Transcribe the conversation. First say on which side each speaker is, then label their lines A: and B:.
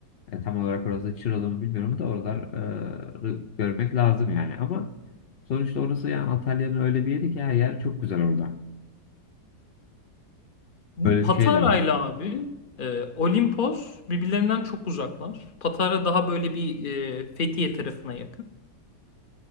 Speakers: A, on the left (about 65°); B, on the left (about 40°).
A: e, tam olarak orası Çıralı mı bilmiyorum da oraları görmek lazım yani. Ama sonuçta orası yani Antalya'nın öyle bir yeri ki her yer çok güzel orada.
B: Bu
A: Böyle
B: Patara'yla
A: bir şey de var.
B: abi e, Olimpos birbirlerinden çok uzaklar. Patara daha böyle bir e, Fethiye tarafına yakın.